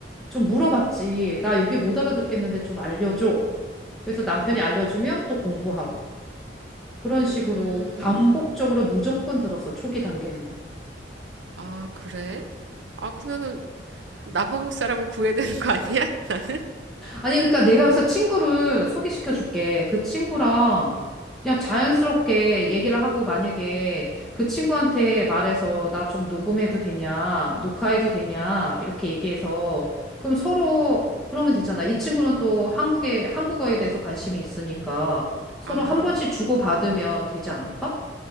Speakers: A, in the centre; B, on the right.
A: 좀 물어봤지. 나 여기 못 알아듣겠는데 좀 알려줘. 그래서 남편이 알려주면 또 공부하고. 그런
B: 음.
A: 식으로 반복적으로 무조건 들었어. 초기 단계는.
B: 아, 그래? 아, 그러면은 남아공 사람을 구해야 되는 거 아니야? <laughs>
A: 아니, 그러니까 내가 여기서 친구를 소개시켜 줄게. 그 친구랑 그냥 자연스럽게 얘기를 하고 만약에 그 친구한테 말해서 나 좀 녹음해도 되냐, 녹화해도 되냐, 이렇게 얘기해서 그럼 서로 그러면 되잖아. 이 친구는 또 한국에, 한국어에 대해서 관심이 있으니까 서로
B: 아.
A: 한 번씩 주고받으면 되지 않을까?